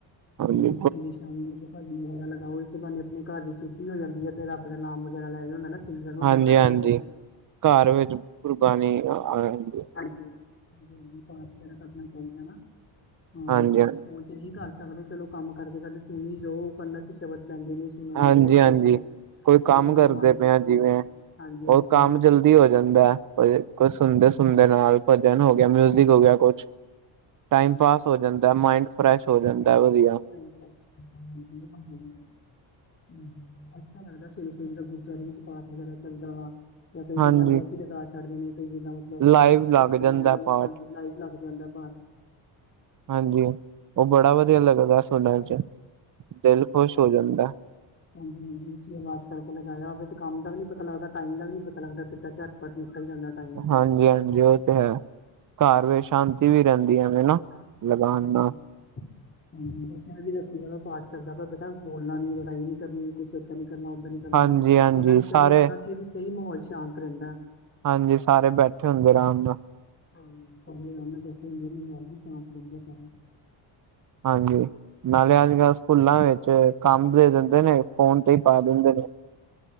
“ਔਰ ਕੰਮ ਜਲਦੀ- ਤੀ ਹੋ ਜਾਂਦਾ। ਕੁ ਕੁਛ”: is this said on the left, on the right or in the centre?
Right